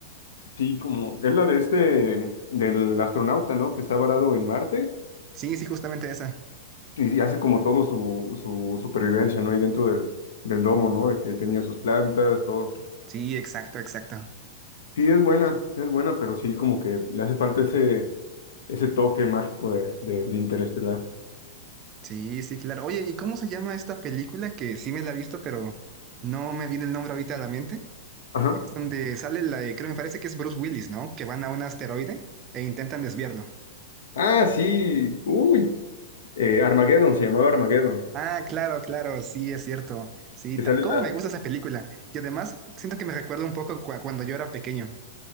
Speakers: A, on the left; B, on the right.
A: Sí, como es la de este, del astronauta, ¿no? Que está varado en Marte.
B: Sí, sí, justamente esa.
A: y hace como todo su, su supervivencia, ¿no? Ahí dentro del, del domo, ¿no? De que ahí tenía sus plantas, todo.
B: Sí, exacto, exacto.
A: Sí, es buena, es buena, pero sí como que le hace falta ese, ese toque mágico de, de, de Interestelar.
B: Sí, sí, claro. Oye, ¿y cómo se llama esta película que sí me la he visto, pero no me viene el nombre ahorita a la mente?
A: Ajá.
B: Es donde sale la, de- creo me parece que es Bruce Willis, ¿no? Que van a un asteroide e intentan desviarlo.
A: Ah, sí, uy, eh, Armageddon, se llamaba Armageddon.
B: Ah, claro, claro, sí, es cierto. Sí,
A: Que
B: ta-
A: sale
B: cómo
A: la...
B: me gusta esa película. Y además siento que me recuerda un poco cua- cuando yo era pequeño.